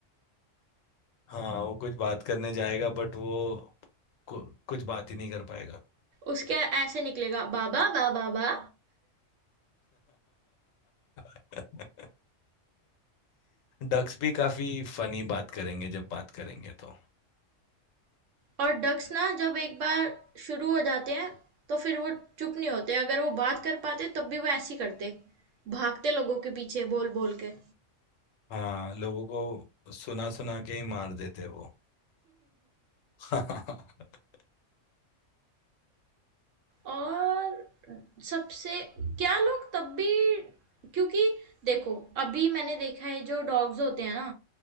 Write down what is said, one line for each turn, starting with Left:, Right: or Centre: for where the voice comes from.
Left: हाँ वो कुछ बात करने जाएगा बट वो कु, कुछ बात ही नहीं कर पाएगा
Right: उसके ऐसे निकलेगा बाबा बाबा बाबा
Left: <laughs> डक्स भी काफी फनी बात करेंगे जब बात करेंगे तो
Right: और डक्स ना जब एक बार शुरू हो जाते हैं तो फिर वो चुप नहीं होते अगर वो बात कर पाते तब भी वो ऐसे ही करते भागते लोगों के पीछे बोल बोल के
Left: हाँ लोगों को सुना सुना के ही मार देते हैं वो <laughs>
Right: और सबसे क्या लोग तब भी क्योंकि देखो अभी मैंने देखा है जो डॉग्स होते हैं ना